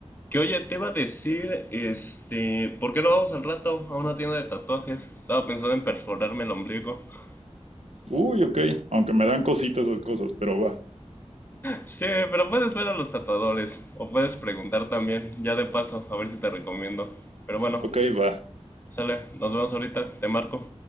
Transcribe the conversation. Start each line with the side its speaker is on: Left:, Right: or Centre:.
Left: Que oye, te iba a decir, este, ¿por qué no vamos al rato a una tienda de tatuajes? Estaba pensando en perforarme el ombligo. <laughs>
Right: Uy, ok, aunque me dan cositas esas cosas, pero va.
Left: Sí, pero puedes ver a los tatuadores, o puedes preguntar también, ya de paso, a ver si te recomiendo. Pero bueno,
Right: Ok, va.
Left: sale, nos vemos ahorita, te marco.